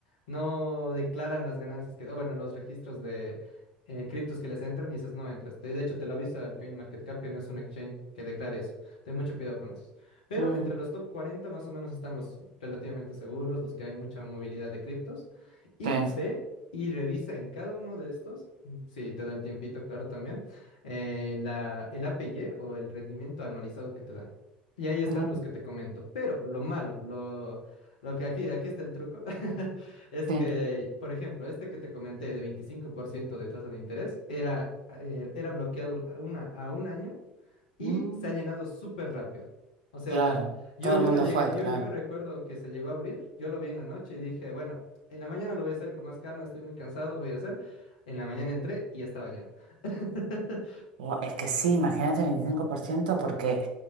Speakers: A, on the left (about 65°); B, on the right (about 65°).
A: no declaran las ganancias que, o bueno, los registros de eh, criptos que les entran y esas no entras. De de hecho, te lo avisa el CoinMarketCap que no es un exchange que declare eso. Ten mucho cuidado con eso. Pero
B: mm,
A: entre los top 40 más o menos están los relativamente seguros, los que hay mucha movilidad de criptos. Y
B: sí,
A: ve y revisa en cada uno de estos, mm, si te da el tiempito, claro, también, eh, la, el APY o el rendimiento anualizado que te dan. Y ahí están
B: mm,
A: los que te comento. Pero lo malo, lo, lo que aquí, aquí está el truco, <laughs> es
B: sí,
A: que, por ejemplo, este que te comenté de 25% de tasa de interés era, eh, era bloqueado a una, a un año y
B: mm,
A: se ha llenado súper rápido. O sea,
B: claro,
A: yo,
B: todo
A: yo
B: el mundo
A: lo llegué,
B: fue,
A: yo,
B: claro.
A: yo me recuerdo que se llegó a abrir, yo lo vi en la noche y dije, bueno, en la mañana lo voy a hacer con más calma, estoy muy cansado, voy a hacer. En la mañana entré y ya estaba lleno. <laughs>
B: Buah, Es que sí, imagínate 25% porque